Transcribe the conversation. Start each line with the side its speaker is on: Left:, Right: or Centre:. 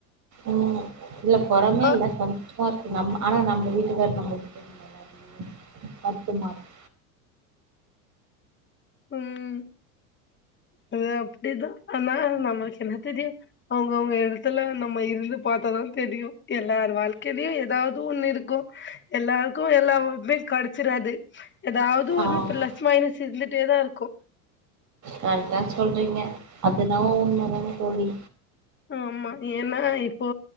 Right: ம் இல்ல பொறாமையா
Left: ஆ
Right: இல்ல கொஞ் <unintelligible> இருக்கு நம் ஆனா நம்ப வீட்டுக்காரர் நம்ளுக்கு தெரிலல <inaudible> கஷ்டமா இருக்
Left: ம் அது அப்டிதா ஆனா நம்மளுக்கு என்ன தெரியும் அவங்கவுங்க இடத்துல நம்ம இருந்து பாத்தாதான தெரியும எல்லார் வாழ்க்கையிலயு ஏதாவது ஒண்ணு இருக்கு எல்லாருக்கு எல்லா வாய்ப்புமே கெடச்சிறாது ஏதாவது ஒரு
Right: ஆமா
Left: பிளஸ் மைனஸ் இருந்துட்டே தா இருக்கு
Right: கரெக்டா சொல்றீங்க அது என்னவோ உண்ம தானே தோழி
Left: ஆமா ஏன்னா இப்போ